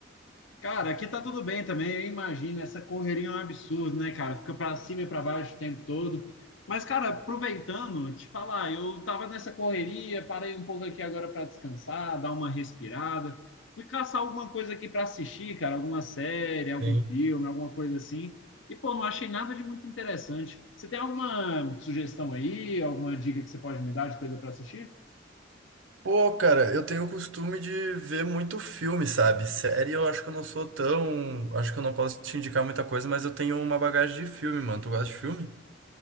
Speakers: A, on the left; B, on the right.
A: Cara, aqui tá tudo bem também, eu imagino, essa correria é um absurdo, né, cara? Fica pra cima e pra baixo o tempo todo. Mas, cara, aproveitando, te falar, eu tava nessa correria, parei um pouco aqui agora pra descansar, dar uma respirada. Fui caçar alguma coisa aqui pra assistir, cara, alguma série, algum
B: Sim.
A: filme, alguma coisa assim. E, pô, não achei nada de muito interessante. Você tem alguma sugestão aí, alguma dica que você pode me dar de coisa pra assistir?
B: Pô, cara, eu tenho o costume de ver muito filme, sabe? Série eu acho que eu não sou tão. Acho que eu não posso te indicar muita coisa, mas eu tenho uma bagagem de filme, mano. Tu gosta de filme?